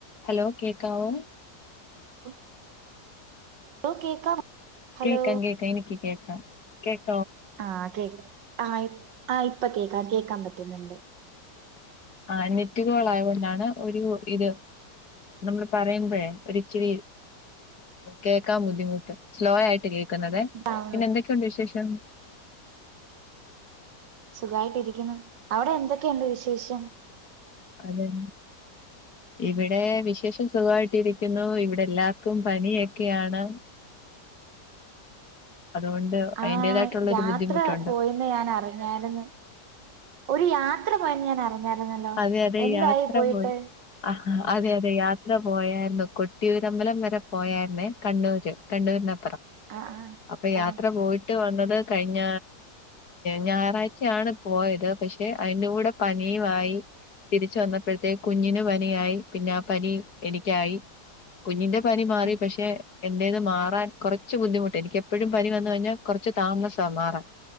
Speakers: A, on the left; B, on the right.
A: Hello കേക്കാവോ
B: ഉം ഓ കേക്കാം ഹലോ
A: കേക്കാം കേക്കാം എനിക്ക് കേക്കാം കേക്
B: ആഹ് കേ ആ ഇപ് ആ ഇപ്പോ കേക്കാം കേക്കാം പറ്റും ക്കുന്നുണ്ട്
A: അഹ് നെറ്റ് കാൾ ആയോണ്ടാണ് ഒരു ഇത് നമ്മള് പറയുമ്പോഴെ ഒരു ഇച്ചിരി കേക്കാൻ ബുദ്ധിമുട്ട് സ്ലോ ആയിട്ട് കേക്കുന്ന് ക്കുന്നതേ,
B: അതെ
A: പിന്നെ എന്തൊക്കെയുണ്ട് വിശേഷം?
B: സുഖം ആയിട്ട് ഇരിക്കുന്നു അവിടെ എന്തൊക്കയുണ്ട് വിശേഷം?
A: അതെന്ന് ഇവിടെ വിശേഷം സുഗമായിട്ടിരിക്കുന്നു ഇവിടെല്ലാർക്കും പനിയോകെയാണ് അതുകൊണ്ട് അതിന്റേതായിട്ടുള്ള
B: ആ യാത്ര
A: ഒരു ബുദ്ധിമുട്ടുണ്ട്
B: പോയെന്നു ഞാൻ അറിഞ്ഞാരുന്നു ഒരു യാത്ര ത്ര പോയെന്ന് ഞാൻ <unintelligible>
A: അതെ അതെ
B: എന്തായി
A: യാത്ര
B: പോയിട്ട്
A: പോയി ആ അതെ അതെ യാത്ര പോയായിരുന്നു കൊട്ടിയൂരമ്പലം വരെ പോയാരിന്നേ കണ്ണൂര് കണ്ണൂരിന
B: ആഹ് ആഹ്
A: അപ്പ യാത്ര
B: ആഹ്
A: പോയിട്ട് <unintelligible> വന്നത് കഴിഞ്ഞ ഞായറാഴ്ചയാണ് പോയത് പക്ഷെ അയിന്റെ കൂടെ പനിയുമായി തിരിച്ച് വന്നപ്പഴത്തേ കുഞ്ഞിനു പനിയായി പിന്നെ ആ പനി എനിക്കായി കുഞ്ഞിന്റെ പനി മാറി
B: ആഹ്
A: പക്ഷെ എന്റേത് മാറാൻ കുറച്ച് ബുദ്ധിമുട്ട് എനിക്ക് എപ്പഴും പനി വന്നു കഴിഞ്ഞാൽ കുറച്ച് താമസ മാറാൻ